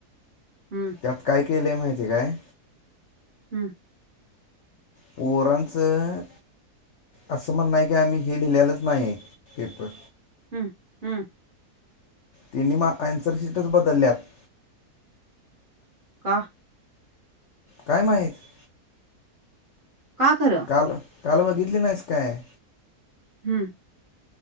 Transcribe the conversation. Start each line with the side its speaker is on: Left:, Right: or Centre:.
Right: हम.
Left: त्यात काय केलं आहे माहिती काय?
Right: हम्म.
Left: पोरांचं असं म्हणणं की, आम्ही हे लिहिलेलंच नाही आहे. पेपर
Right: हम्म हम्म.
Left: तिन्ही माप आन्सर सीटच बदलल्यात.
Right: का?
Left: काय माहीत.
Right: का खरं?
Left: काल काल बघितली नाहीस काय?
Right: हम्म.